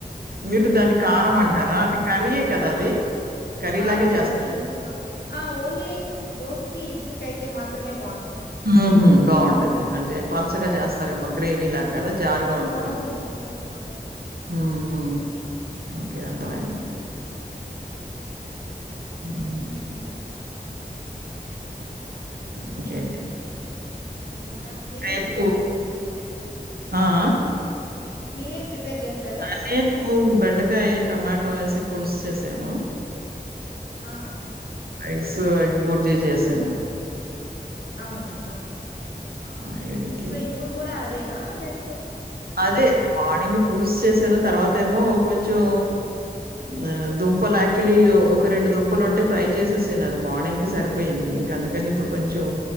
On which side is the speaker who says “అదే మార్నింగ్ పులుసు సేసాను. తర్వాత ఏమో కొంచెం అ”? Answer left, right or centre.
Right